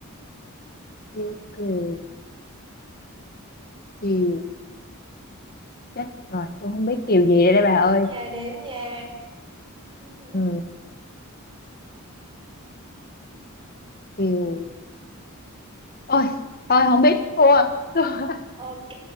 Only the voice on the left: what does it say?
yêu kiều kiều chết rồi tôi không biết kiều gì đây, đây bà ơi
ừ, kiều Ôi, tôi không biết thua
thua <laughs>